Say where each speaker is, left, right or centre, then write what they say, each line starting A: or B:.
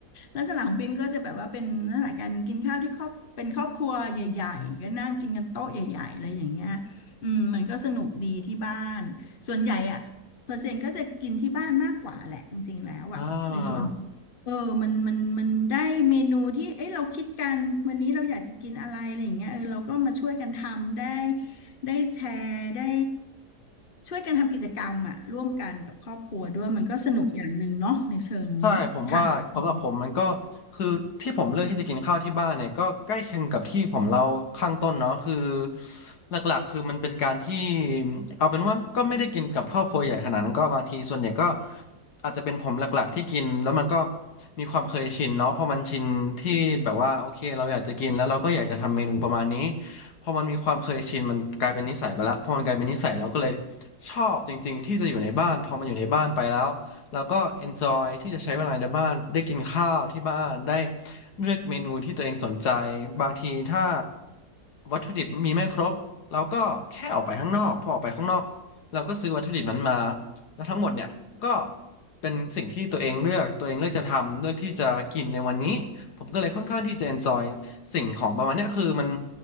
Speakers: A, on the left; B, on the left.
A: ลักษณะของปิมก็จะแบบว่าเป็นลักษณะการกินข้าวที่ครอบเป็นครอบครัวใหญ่ๆก็นั่งกินกันโต๊ะใหญ่ๆอะไรอย่างเงี้ยอืมมันก็สนุกดีที่บ้านส่วนใหญ่อะเปอร์เซ็นต์ก็จะกินที่บ้านมากกว่าแหละจริงๆแล้วอะในส่วน
B: อ่า
A: เออมันมันมันได้เมนูที่เอ้ยเราคิดกันวันนี้เราอยากจะกินอะไรอะไรอย่างเงี้ยเออเราก็มาช่วยกันทำได้ ได้แชร์ได้ช่วยกันทำกิจกรรมอะร่วมกันกับครอบครัวด้วยมันก็สนุกอย่างหนึ่งเนาะในเชิงนี้ค่ะอืม
B: ใช่ผมว่าสำหรับผมมันก็คือที่ผมเลือกที่จะกินข้าวที่บ้านเนี่ยก็ใกล้เคียงกับที่ผมเล่าข้างต้นเนาะคือหลักๆคือมันเป็นการที่เอาเป็นว่าก็ไม่ได้กินกับครอบครัวใหญ่ขนาดนั้นก็บางทีส่วนใหญ่ก็อาจจะเป็นผมหลักๆที่กินแล้วมันก็มีความเคยชินเนาะพอมันชินที่แบบว่าโอเคเราอยากจะกินแล้วเราก็อยากจะทำเมนูประมาณนี้พอมันมีความเคยชินมันกลายเป็นนิสัยไปแล้วพอมันกลายเป็นนิสัยเราก็เลยชอบจริงๆที่จะอยู่ในบ้านพอมันอยู่ในบ้านไปแล้ว แล้วก็ enjoy ที่จะใช้เวลาในบ้านได้กินข้าวที่บ้านได้เลือกเมนูที่ตัวเองสนใจบางทีถ้าวัตถุดิบมีไม่ครบเราก็แค่ออกไปข้างนอกพอออกไปข้างนอกเราก็ซื้อวัตถุดิบนั้นมาแล้วทั้งหมดเนี่ยก็เป็นสิ่งที่ตัวเองเลือกตัวเองเลือกจะทำเลือกที่จะกินในวันนี้ผมก็เลยค่อนข้างที่จะ enjoy สิ่งของประมาณเนี้ยคือมัน